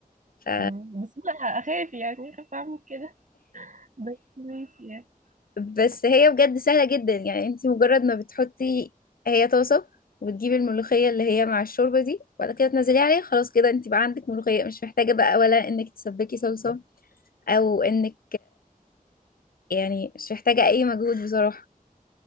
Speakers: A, on the left; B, on the right.
A: ف...
B: مم. بس أنا أخاف يعني أخاف أعمل كده بس ماشي يعني
A: بس هي بجد سهلة جدا يعني انتي مجرد ما بتحطي هي طاسة وتجيبي الملوخية اللي هي مع الشوربة دي وبعد كده تنزلي عليها خلاص كده انتي بقى عندك ملوخية مش محتاجة بقى ولا انك تسبكي صلصة او انك يعني مش محتاجة اي مجهود بصراحة